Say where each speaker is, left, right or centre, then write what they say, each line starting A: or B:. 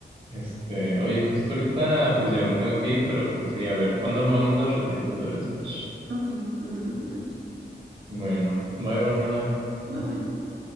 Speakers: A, on the right (about 30°); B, on the right (about 90°).
A: este, oye, justo ahorita pues ya me tengo que ir, pero pues sí, a ver, ¿cuándo armamos las retitas del Smash?
B: Ok, no te preocupes.
A: Bueno, bye, Bárbara.
B: Bye bye.